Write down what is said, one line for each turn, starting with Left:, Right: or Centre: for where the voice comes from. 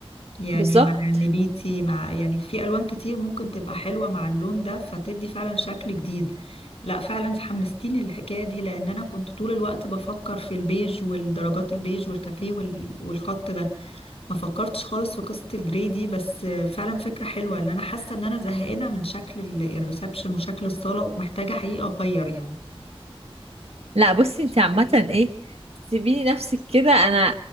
Left: يعني
Right: بالظبط
Left: مع النبيتي مع يعني في الوان كتير ممكن تبقى حلوه مع اللون ده فتدي فعلا شكل جديد لا فعلا حمستيني للحكايه دي لان انا كنت طول الوقت بفكر في البيج والدرجات البيج والكافيه وال- والخط ده ما فكرتش خالص في قصه الجري دي بس فعلا فكره حلوه لان انا حاسه ان انا زهقانه من شكل ال- الريسبشن وشكل الصاله ومحتاجه حقيقه اغير يعني
Right: لا بصي انت عامة ايه تسيبيني نفسك كده انا